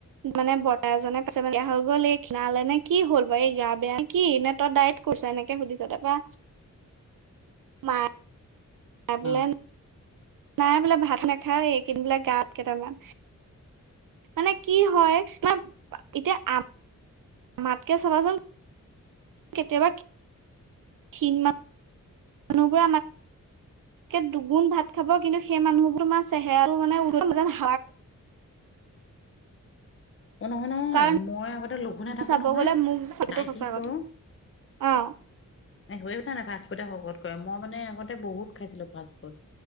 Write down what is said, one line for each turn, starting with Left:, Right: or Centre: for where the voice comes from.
Right: মানে বৰ্তা এজনে কৈছে বিয়া হৈ গ'ল খিনালে নে কি হ'ল বা এই গা বেয়া কি নে তই ডাইত কৰিছ এনেকে সুধিছে তাৰপা ম পবলেম
Left: অ
Right: নাই বোলে ভাত নাখায় এই কেইদিন বোলে গাত কেইটামান মানে কি হয় মানে এতিয়া আমাতকে চাবাচোন কেতিয়াবা খিন মানুহবোৰ আমাৰ দুগুণ ভাত খাব কিন্তু সেই মানুহবোৰ আমাৰ চেহেৰাটো মানে উজন যেন
Left: অ নহয় নহয়
Right: কাৰণ
Left: মই আগতে লঘোনে থাকো
Right: চাব
Left: নহয়
Right: গ'লে মোক সেইটো
Left: ডাইটিং
Right: সঁচা কথা
Left: কৰো
Right: অ
Left: হৈ উঠা নাই ফাষ্টফুডে শকত কৰে মই মানে আগতে বহুত খাইছিলো ফাষ্টফুড